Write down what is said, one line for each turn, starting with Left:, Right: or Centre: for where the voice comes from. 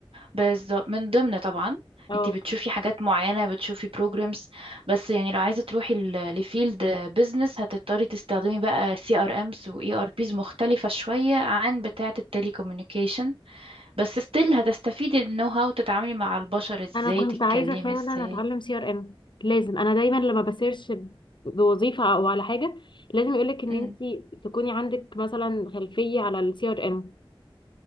Right: بالظبط من ضمن طبعا
Left: اه
Right: انت بتشوفي حاجات معينة بتشوفي بروجرامز بس يعني لو عايزة تروحي ل- لفيلد بيزنس هتضطري تستخدمي بقى سي ار امز واي ار بيز مختلفة شوية عن بتاعة التليكوميونيكيشن بس ستيل هتستفيدي النو هاو تتعاملي مع البشر ازاي
Left: انا كنت
Right: تتكلمي
Left: عايزه فعلا
Right: ازاي
Left: اتعلم سي ار ام لازم انا دايما لما بسيرش ب- بوظيفه او على حاجه لازم يقولك ان
Right: مم.
Left: انت تكوني عندك مثلا خلفيه على السي ار ام